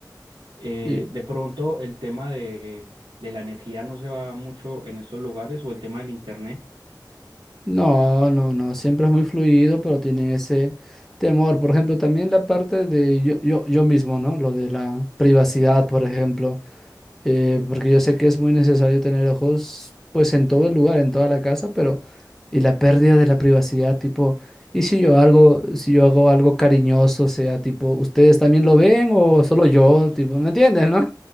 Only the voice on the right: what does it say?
Eh,
de pronto, el tema de, de la energía no se va mucho en estos lugares o el tema del internet.
<laughs>